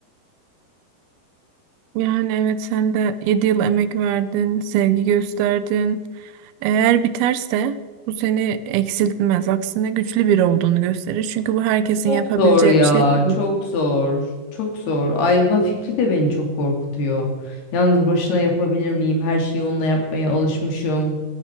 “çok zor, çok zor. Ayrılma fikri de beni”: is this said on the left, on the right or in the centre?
Left